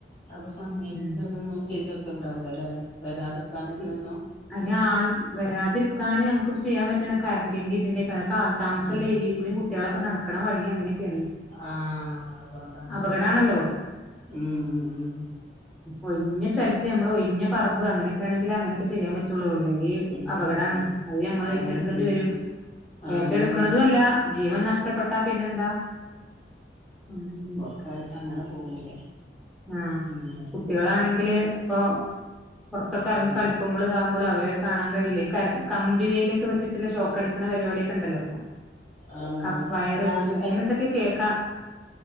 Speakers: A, on the left; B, in the centre.
A: അപ്പോ പന്നിക്കള്ളതോന്നും
B: ഉം
A: ചെയ്തൊക്ക ണ്ടാവില്ലലെ വരാതെ <unintelligible>
B: <unintelligible> ആൾ വരാതിരിക്കാന് നമുക്ക്പ്പോ ചെയ്യാൻ പറ്റണ കറണ്ടിന്റെ ഇതിന്റെക്കെ ആ താമസല്ലേരിക്കൂടിം
A: ഉം
B: കുട്ടികളൊക്കെ നടക്കണ വഴി അങ്ങനെയൊക്കെണ്
A: ആഹ് അതുകൊണ്ടാണത്
B: അപകടണല്ലോ.
A: ഉം ഉം ഉം.
B: ഒഴിഞ്ഞ സ്ഥലത്ത് നമ്മൾ ഒഴിഞ്ഞ പറബ് അനൊക്കൊണെങ്കിൽ അങ്ങനോക്കെ ചെയ്യാൻ പറ്റൊള്ളോണ്. <unintelligible>
A: ഉം
B: അപകടാണ്
A: ഉം ഉം
B: അത് ഞമ്മള്
A: ഏഹ്
B: ഏറ്റെടുക്കേണ്ടി
A: പിന്നെ
B: വരും.
A: ആഹ്
B: ഏറ്റെടുക്കണതൊല്ല ജീവൻ നഷ്ടപ്പെട്ടാ പിന്നെന്താ. <unintelligible>
A: ക്കായിട്ട് അങ്ങനെ പോകൂലേ
B: ആ
A: ഉം
B: കുട്ടികളാണെങ്കില് പ്പൊ പുറത്തൊക്കെറങ്ങി
A: ആഹ്
B: കളിക്കു <unintelligible> അവരത് കാണാൻ കഴി യുലെയ് കമ്പി വേയിലൊക്കെച്ചിട്ടില്ല ഷോക്ക് അടിക്കണ പരിപടിയൊക്കെ ണ്ടല്ലോപ്പോ.
A: ആഹ്
B: <unintelligible> വയറ് വെച്ചപ്പോ അ
A: ആഹ്
B: ങ്ങനെ എന്തൊക്കെയാ കേക്കാ.